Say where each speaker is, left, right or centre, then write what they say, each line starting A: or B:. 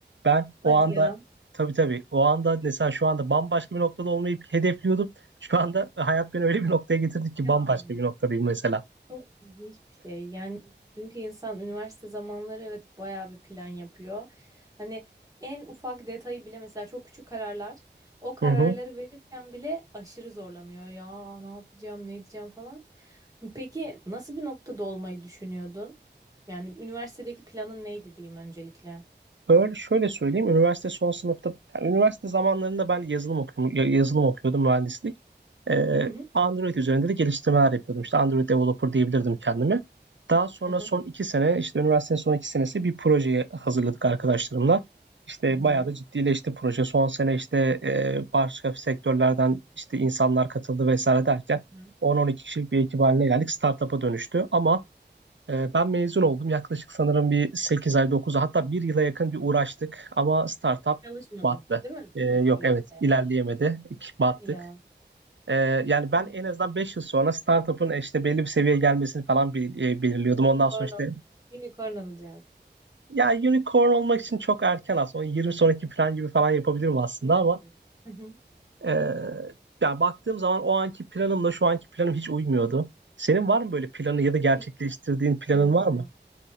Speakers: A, on the right (about 85°); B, on the right (about 20°).
A: ben o
B: hadi
A: anda
B: ya.
A: tabii tabii o anda mesela şu anda bambaşka bir noktada olmayı hedefliyordum. Şu anda hayat beni öyle bir noktaya getirdi ki
B: Ya
A: bambaşka bir noktadayım mesela.
B: çok ilginç bir şey. Yani çünkü insan üniversite zamanları evet bayağı bir plan yapıyor. Hani en ufak detayı bile mesela çok küçük kararlar. O kararları
A: Hı hı.
B: verirken bile aşırı zorlanıyor. Ya ne yapacağım, ne edeceğim falan. Peki nasıl bir noktada olmayı düşünüyordun? Yani üniversitedeki planın neydi diyeyim öncelikle?
A: Öyle şöyle söyleyeyim. Üniversite son sınıfta, yani üniversite zamanlarında ben yazılım okuyordum, yazılım okuyordum mühendislik. Ee,
B: Hı hı.
A: Android üzerinde de geliştirmeler yapıyordum. İşte Android developer diyebilirdim kendimi. Daha sonra
B: Hı hı.
A: son iki sene, işte üniversitenin son iki senesi bir projeye hazırladık arkadaşlarımla. İşte
B: Hı
A: bayağı
B: hı.
A: da ciddileşti proje. Son sene işte e, başka sektörlerden işte insanlar katıldı vesaire derken
B: Hı hı.
A: 10-12 kişilik bir ekip haline geldik. Startup'a dönüştü ama ee, Ben mezun oldum. Yaklaşık sanırım bir sekiz ay dokuz, ay hatta bir yıla yakın bir uğraştık ama startup
B: Çalışmadın,
A: battı.
B: değil mi
A: Ee, yok
B: o süreçte?
A: evet ilerleyemedik battık.
B: Hadi ya.
A: Ee, yani ben
B: Evet.
A: en azından 5 yıl sonra startup'ın işte belli bir seviyeye gelmesini falan bil- e, belirliyordum.
B: Unicorn,
A: Ondan sonra işte
B: ol- unicorn olacağız.
A: ya unicorn olmak için çok erken aslında. Onu 20 sonraki plan gibi falan yapabilirim
B: Espri
A: aslında
B: yapıyorum.
A: ama
B: Hı hı.
A: e, yani baktığım zaman o anki planımla şu anki planım hiç uymuyordu. Senin var mı böyle planı ya da gerçekleştirdiğin
B: Peki.
A: planın
B: Evet
A: var mı?
B: evet.